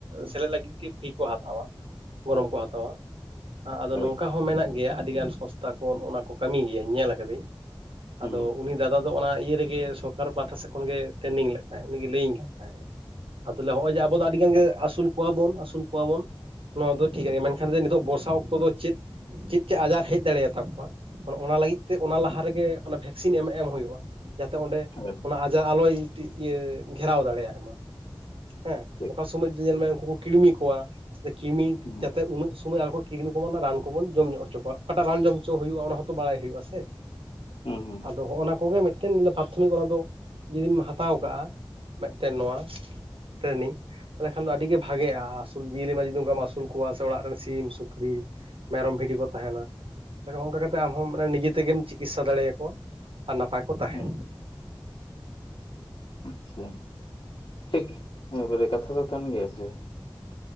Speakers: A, on the right; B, on the left.
A: ᱥᱮᱞᱮᱫ ᱞᱟᱹᱜᱤᱫ ᱜᱮ ᱯᱷᱤ ᱠᱚ ᱦᱟᱛ ᱜᱚᱱᱚᱢ ᱠᱚ ᱦᱟᱛᱟᱣᱟ ᱟᱫᱚ
B: ᱦᱳᱭ
A: ᱱᱚᱝᱠᱟ ᱦᱚᱸ ᱢᱮᱱᱟᱜ ᱜᱮᱭᱟ ᱟᱹᱰᱤᱜᱟᱱ ᱥᱚᱥ ᱛᱟ ᱚᱱᱟ ᱠᱚ ᱠᱟᱹᱢᱤ ᱜᱮᱭᱟᱹ ᱧᱮᱞ ᱟᱠᱟᱫᱟᱹᱧ
B: ᱦᱩᱸ
A: ᱟᱫᱚ ᱩᱱᱤ ᱫᱟᱫᱟ ᱟᱫᱚ ᱚᱱᱟ ᱤᱭᱟᱹ ᱨᱮᱜᱮ ᱥᱚᱨᱠᱟᱨ ᱯᱟᱦᱴᱟ ᱥᱮᱫ ᱠᱷᱚᱱᱜ ᱜᱮ ᱴᱨᱮᱱᱤᱝ ᱞᱮᱫ ᱛᱟᱦᱮᱸᱫ ᱩᱱᱤᱜᱮ ᱞᱟᱹᱭᱟᱹᱧ ᱠᱟᱱ ᱛᱟᱦᱮᱸᱱᱟ᱾ ᱦᱮ ᱟᱫᱩᱧ ᱞᱮ ᱟ ᱱᱚᱜᱼᱚᱭ ᱡᱮ ᱟᱵᱚ ᱫᱚ ᱟᱹᱰᱤ ᱜᱟᱱ ᱜᱮ ᱟᱹᱥᱩᱞ ᱠᱚᱣᱟ ᱵᱚᱱ ᱟᱹᱥᱩᱞ ᱠᱚᱣᱟ ᱵᱚᱱ ᱱᱚᱣᱟ ᱫᱚ ᱴᱷᱤᱠᱭᱟ ᱢᱮᱱᱠᱷᱟᱱ ᱱᱤᱛᱚᱜ ᱵᱚᱨᱥᱟ ᱚᱠᱛᱚ ᱫᱚ ᱪᱮᱫ ᱪᱮᱫ ᱪᱮᱫ ᱟᱡᱟᱨ ᱦᱮᱡ ᱫᱟᱲᱮᱭᱟᱛᱟ ᱠᱚᱣᱟ? ᱚᱱᱟ ᱞᱟᱹᱜᱤᱫ ᱛᱮ ᱚᱱᱟ ᱞᱟᱦᱟ ᱨᱮᱜᱮ ᱵᱷᱮᱠᱥᱤᱱ ᱮᱢ ᱮᱢ ᱦᱩᱭᱩᱜᱼᱟ ᱡᱟᱛᱮ ᱚᱸᱰᱮ
B: ᱦᱳᱭ
A: ᱟᱡᱟᱨ ᱟᱞᱚᱭ ᱤᱭᱟᱹ ᱜᱷᱮᱨᱟᱣ ᱫᱟᱲᱮᱭᱟᱭ ᱢᱟ ᱦᱮᱸ
B: ᱴᱷᱤᱠ
A: ᱚᱠᱟ ᱥᱚᱢᱚᱭ ᱡᱩ ᱧᱮᱞᱢᱮ ᱩᱱᱠᱩ ᱠᱤᱲᱢᱤ ᱠᱚᱣᱟ ᱠᱤᱢᱤ
B: ᱦᱩᱸ
A: ᱡᱟᱛᱮ ᱩᱱᱟᱹᱜ ᱥᱩᱢᱚᱭ ᱟᱨᱠᱚ ᱠᱤᱨᱢᱤ ᱠᱚᱵᱚ ᱚᱱᱟ ᱨᱟᱱ ᱠᱚᱵᱚᱱ ᱡᱚᱢ ᱧᱚᱜ ᱦᱚᱪᱚ ᱠᱚᱣᱟ ᱚᱠᱟᱴᱟᱜ ᱨᱟᱱ ᱡᱚᱢ ᱦᱚᱪᱚ ᱦᱩᱭᱩᱜᱼᱟ ᱚᱱᱟ ᱦᱚᱸᱛᱚ ᱵᱟᱲᱟᱭ ᱦᱩᱭᱩᱜᱼᱟ ᱥᱮ᱾
B: ᱦᱩᱸ ᱦᱩᱸ
A: ᱟᱫᱚ ᱦᱚᱸᱜᱼᱚᱭ ᱱᱚᱣᱟ ᱠᱚᱜᱮ ᱢᱤᱫᱴᱮᱱ ᱯᱨᱟᱛᱷᱚᱢᱤᱠ ᱚᱱᱟ ᱫᱚ ᱡᱩᱫᱤᱢ ᱦᱟᱛᱟᱣ ᱠᱟᱜᱼᱟ᱾ ᱛᱮ ᱱᱚᱣᱟ ᱴᱨᱮᱱᱤᱝ, ᱛᱟᱦᱚᱞᱮ ᱠᱷᱟᱱ ᱫᱚ ᱟᱹᱰᱤᱜᱮ ᱵᱷᱟᱜᱮᱜᱼᱟ ᱟᱹᱥᱩᱞ ᱡᱤᱭᱟᱹᱞᱤ ᱡᱩᱫᱤ ᱚᱱᱠᱟᱢ ᱟᱹᱥᱩᱞ ᱠᱚᱣᱟ ᱥᱮ ᱚᱲᱟᱜ ᱨᱮᱱ ᱥᱤᱢ ᱥᱩᱠᱨᱤ ᱢᱮᱨᱚᱢ ᱵᱷᱤᱰᱤ ᱠᱚ ᱛᱟᱦᱮᱱᱟ ᱚᱱᱠᱟ ᱠᱟᱛᱮᱜ ᱟᱢᱦᱚᱸ ᱢᱟᱱᱮ ᱱᱤᱡᱮ ᱛᱮᱜᱮᱢ ᱪᱤᱠᱤᱛᱥᱟ ᱫᱟᱲᱮᱭᱟᱠᱚᱣᱟ᱾ ᱟᱨ ᱱᱟᱯᱟᱭ ᱠᱚ ᱛᱟᱦᱮᱱᱟ᱾
B: ᱦᱩᱸ ᱟᱪᱪᱷᱟ ᱴᱷᱤᱠ ᱮᱵᱟᱨᱮ ᱠᱟᱛᱷᱟ ᱫᱚ ᱠᱟᱱ ᱜᱮᱭᱟ ᱥᱮ᱾